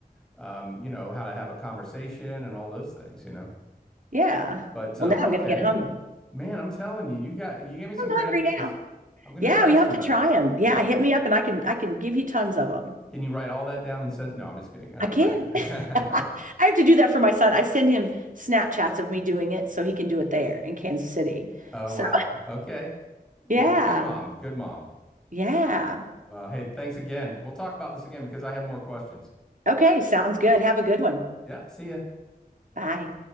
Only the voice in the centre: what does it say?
um, you know, how to have a conversation and all those things, you know.
But
um,
okay,
man, I'm telling you, you got you gave me some
great
ideas.
I'm gonna
try
some
of
that.
Yeah.
Can you write all that down and send? No, I'm just kidding. Um,
but <laughs>
oh
wow, okay,
That- good mom, good mom.
Well, hey, thanks again. We'll talk about this again because I have more questions.
Yeah, see ya.